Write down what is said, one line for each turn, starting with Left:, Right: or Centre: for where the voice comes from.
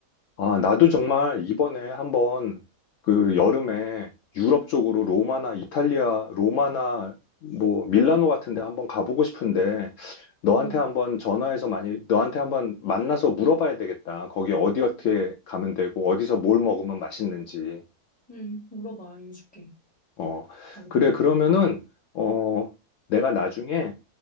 Left: 아,
Centre: 음,
Left: 나도 정말 이번에 한번 그 여름에 유럽 쪽으로 로마나 이탈리아, 로마나 뭐 밀라노 같은 데 한번 가보고 싶은데 너한테
Centre: 음,
Left: 한번 전화해서 많이 너한테 한번 만나서 물어봐야 되겠다. 거기 어디 어떻게 가면 되고 어디서 뭘 먹으면 맛있는지.
Centre: 음, 물어봐, 알려줄게.
Left: 어.
Centre: 가게
Left: 그래
Centre: 되면.
Left: 그러면은 어 내가 나중에